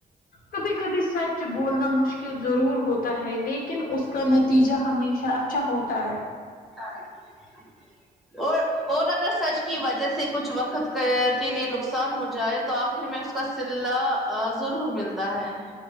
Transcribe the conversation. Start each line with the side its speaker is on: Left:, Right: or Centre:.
Left: کبھی کبھی سچ بولنا مشکل ضرور ہوتا ہے لیکن اس کا نتیجہ ہمیشہ اچ اچھا ہوتا ہے
Centre: ہاں <inaudible> <inaudible> اور اور اگر سچ کی وجہ سے کچھ وقت کے لیے نقصان ہو جائے تو آپ پھر میں اس کا سلہ ضرور ملتا ہے